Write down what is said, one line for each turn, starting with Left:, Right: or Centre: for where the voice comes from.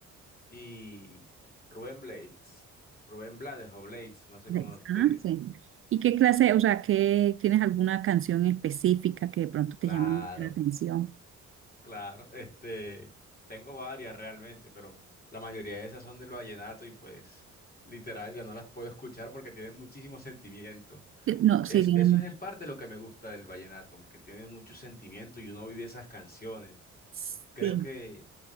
Left: y Rubén Blades, Rubén Blades o Blades, no sé
Right: Descansen.
Left: cómo decir.
Right: ¿Y qué clase, o sea, qué, tienes alguna canción específica que de pronto te
Left: Claro.
Right: llame la atención?
Left: Claro, este, tengo varias realmente, pero la mayoría de esas son del vallenato y pues literal ya no las puedo escuchar porque tienen muchísimo sentimiento.
Right: Eh, No, sí,
Left: Es,
Right: tienen,
Left: eso es en parte lo que me gusta del vallenato, porque tiene mucho sentimiento y uno vive esas canciones.
Right: Sí,
Left: Creo que